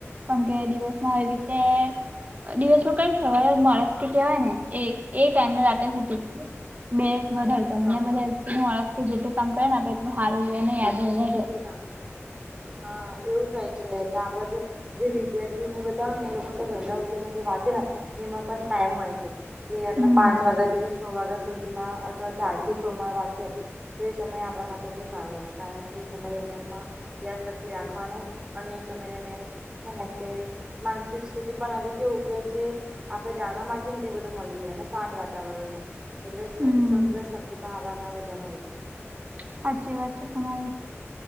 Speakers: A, on the right; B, on the right.
A: કેમકે દિવસમાં એ રીતે દિવસમાં ક સવારે માણસ કે કેવાય ને, એ ટાઈમને રાતે ફટી. બે વધારે કામને
B: હા
A: બધા
B: હા
A: વ્યક્તિનું આળસ કે, જેટલું કામ કરે ને, આપણે એટલું હાર અને યાદ વધારે
B: એટલું હા, એવું થયું છે, એટલે આપ જો જે વિદ્યાર્થીને બધા હોય ને, એ લોકો તો વહેલા ઉઠી ને, વાંચે ને, એમાં પણ ટાઈમ હોય છે. કેયારલા
A: હમ
B: પાંચ વાગ્યાથી. છ વાગ્યા સુધીમાં અથવા ઝાડથી છોડ માં વાંચે તો, એ સમય આપણા માટે બહુ સારો રહે, કારણ કે એ સમય દરમિયાનમાં ત્યા રાખી રાખવાનું, અને સમય દરમિયાન માનસિક સ્થિતિ પણ હજુ કેવું કે જે આપડે જાણવા માંગીએ ને, તે એ બધું મળી જાય ને, શાંત વાતાવરણ હોય. પલે
A: હમ
B: સમજો શકતી, પણમાં ઉધર હોય છે.
A: સાચી વાત છે તમારી.